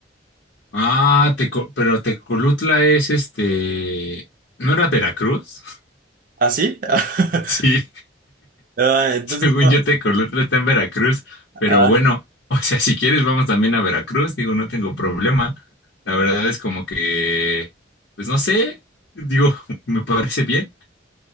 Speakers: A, on the left; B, on the right.
A: Ah, Teco- pero Tecolutla es este... ¿No era Veracruz?
B: ¿Así? <laughs>
A: <laughs> Sí.
B: Ah, entonces
A: Según
B: no.
A: yo, Tecolotlán está en Veracruz, pero
B: Ah,
A: bueno, <laughs> o sea, si quieres vamos también a Veracruz, digo, no tengo problema. La verdad es como que, pues no sé, digo, <laughs> me parece bien.